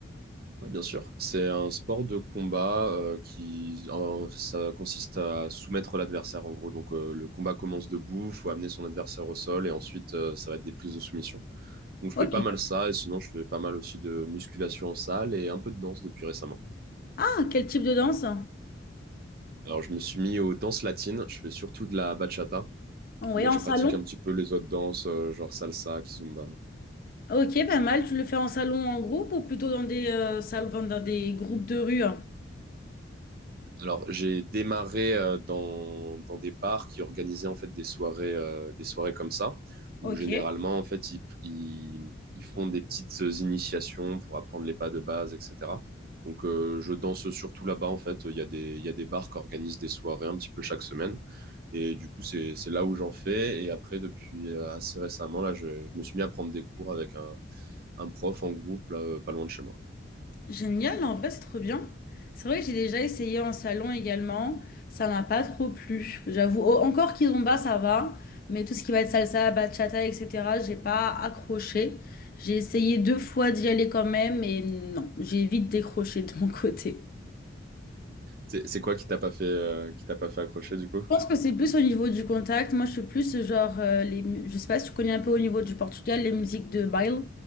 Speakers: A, on the right; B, on the left.
A: Oui, bien sûr. C'est un sport de combat euh, qui en- ça consiste à soumettre l'adversaire, en gros. Donc, euh, le combat commence debout, faut amener son adversaire au sol, et ensuite, euh, ça va être des prises de soumission. Donc, je
B: Ok.
A: fais pas mal ça, et sinon, je fais pas mal aussi de musculation en salle et un peu de danse depuis récemment.
B: Ah, quel type de danse?
A: Alors, je me suis mis aux danses latines. Je fais surtout de la bachata,
B: Oui,
A: mais
B: en
A: je
B: salon?
A: pratique un petit peu les autres danses, euh, genre salsa, kizomba.
B: Ok, pas mal. Tu le fais en salon, en groupe ou plutôt dans des, euh, salons, dans des groupes de rue?
A: Alors, j'ai démarré euh, dans, dans des bars qui organisaient en fait des soirées, euh, des soirées comme ça, où
B: Ok.
A: généralement en fait ils, ils, ils font des petites initiations pour apprendre les pas de base, etc. Donc, euh, je danse surtout là-bas en fait. Il y a des, il y a des bars qui organisent des soirées un petit peu chaque semaine, et du coup c'est, c'est là où j'en fais. Et après, depuis euh, assez récemment là, je, je me suis mis à prendre des cours avec un, un prof en groupe là, euh, pas loin de chez moi.
B: Génial, en vrai, c'est trop bien. C'est vrai que j'ai déjà essayé en salon également. Ça m'a pas trop plu, j'avoue. Oh, Encore Kizomba, ça va. Mais tout ce qui va être salsa, bachata, etc., j'ai pas accroché. J'ai essayé deux fois d'y aller quand même, et non, j'ai vite décroché de mon côté.
A: C'est c'est quoi qui t'a pas fait, euh, qui t'a pas fait accrocher du coup?
B: Je pense que c'est plus au niveau du contact. Moi, je suis plus euh, genre, euh, les, mu- je sais pas si tu connais un peu au niveau du Portugal, les musiques de baile,